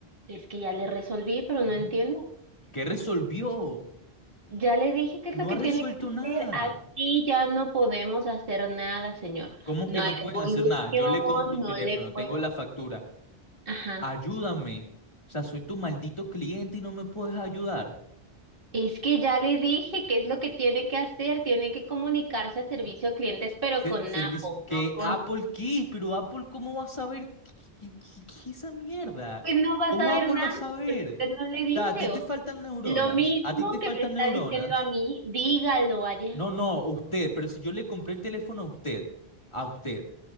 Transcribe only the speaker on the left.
¿Mm?
¿Qué resolvió?
No
ha resuelto
nada.
¿Cómo
que no
pueden
hacer nada? Yo le compro un
teléfono,
tengo la factura.
Ayúdame. O sea, soy tu maldito cliente y no me puedes ayudar.
Ser-
servicio,
que
Apple qué, pero Apple ¿cómo va a saber qué, qué- qué- qué es esa mierda?
¿Cómo
Apple
va a saber?
O sea, a ti te
faltan neuronas,
a ti te faltan
neuronas.
No, no, usted, pero si yo le compré el teléfono a usted, a usted,